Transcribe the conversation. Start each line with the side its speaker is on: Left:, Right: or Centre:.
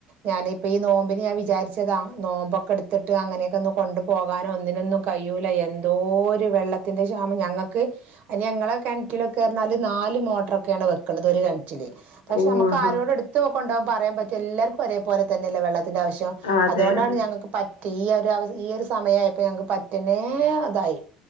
Right: ഞാനിപ്പ ഈ നോമ്പിന് ഞാൻ വിചാരിച്ചതാ നോമ്പൊക്കെട്ത്ത് ട്ട് അങ്ങനെയൊക്കൊന്ന് കൊണ്ടു പോകാനോ ഒന്നിനൊന്നും കയ്യൂല്ല എന്തോരു വെള്ളത്തിൻ്റെ ക്ഷാമം ഞങ്ങക്ക് അയിന് ഞങ്ങളെ കിണറ്റിലൊക്കെ പറഞ്ഞാല് നാല് മോട്ടറൊക്കെയാണ് വെക്ക്ണത് ഒരു കിണറ്റില് പക്ഷെ
Left: ഓ
Right: നമുക്ക്
Left: ആഹാ
Right: ആരോടും എട്ത്ത് കൊണ്ടോകാൻ പറയാൻ പറ്റ എല്ലാര്ക്കും ഒരേപോല തന്നെയല്ലേ വെള്ള ത്തിന്റെ ആവശ്യം
Left: അതെ
Right: അതോണ്ടാണ്
Left: അതെ
Right: ഞങ്ങക്ക് പറ്റ ഈ ഒരു അ ഈ ഒരു സമയയപ്പോ ഞങ്ങക്ക് പറ്റനെ ഇതായി